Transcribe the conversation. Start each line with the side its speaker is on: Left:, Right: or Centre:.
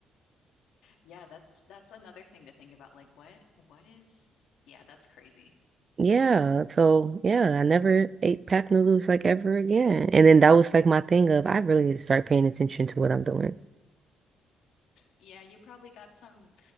Left: Yeah, that's that's another thing to think about. Like what what is yeah, that's crazy.
Right: Yeah. So, yeah, I never ate packed noodles like ever again. And then that was like my thing of I really need to start paying attention to what I'm doing.
Left: Yeah, you probably got some